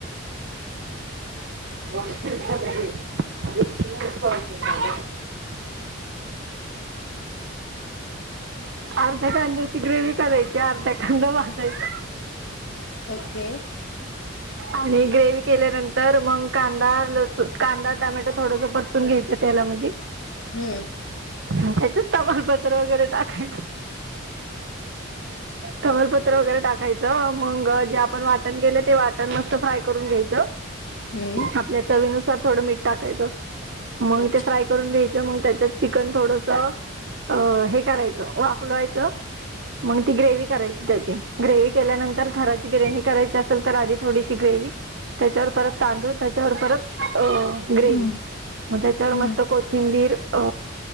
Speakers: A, on the right; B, on the left.
A: <unintelligible> <unintelligible> अर्ध्या कांद्याची ग्रेव करायची अर्धा कांदा भाजायचा.
B: ओके.
A: आणि ग्रेवी केल्यानंतर मग कांदा, लसूण, कांदा टोमॅटो थोडस परतू परतून घ्याचं तेलामध्ये.
B: हम्म.
A: त्याच्यात तमालपत्र वगैरे टाकायचं. तमालपत्र वगैरे टाकायचं मंग. जे आपण वाटण केलं ते वाटण मस्त फ्राय करून घ्यायचं.
B: हम्म.
A: आपल्या चवीनुसार थोडं मीठ टाकायचं मग
B: अच्छा
A: ते फ्राय करून घ्यायचं मग त्याच्यात चिकन थोडसं. अ हे करायचं वाफलवायचं. मग ती ग्रेव्ही करायची त्याची ग्रेव्ही केल्यानंतर थराची बिर्याणी करायची असेल तर आधी थोडीशी ग्रेव्ही त्याच्यावर परत तांदूळ त्याच्यावर परत अ
B: हम्म
A: ग्रेव्ही मग त्याच्यावर
B: हम्म
A: मस्त कोथिंबीर. अ